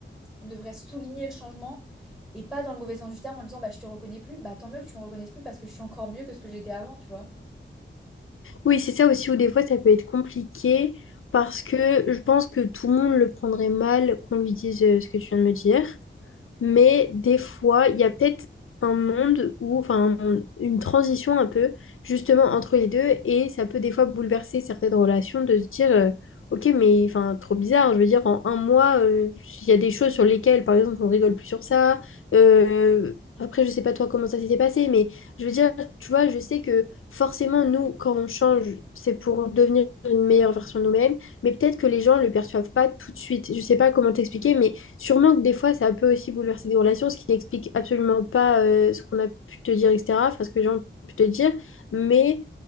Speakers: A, in the centre; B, on the left.
A: on devrait souligner le changement et pas dans le mauvais sens du terme en disant bah, je te reconnais plus, bah tant mieux que tu me reconnaisses plus parce que je suis encore mieux que ce que j'étais avant, tu vois.
B: Oui, c'est ça aussi où des fois ça peut être compliqué parce que je pense que tout le monde le prendrait mal qu'on lui dise euh, ce que tu viens de me dire. Mais des fois, il y a peut-être un monde où, enfin, un monde- une transition un peu, justement, entre les deux, et ça peut des fois bouleverser certaines relations de se dire, euh, ok, mais enfin, trop bizarre, je veux dire, en un mois, euh, il y a des choses sur lesquelles, par exemple, on rigole plus sur ça. euh, après, je sais pas toi comment ça s'était passé, mais je veux dire, tu vois, je sais que forcément, nous, quand on change, c'est pour devenir une meilleure version de nous-mêmes, mais peut-être que les gens le perçoivent pas tout de suite. Je sais pas comment t'expliquer, mais Sûrement que des fois, ça peut aussi bouleverser des relations, ce qui n'explique absolument pas euh, ce qu'on a pu te dire, etc., enfin, ce que les gens ont pu te dire. Mais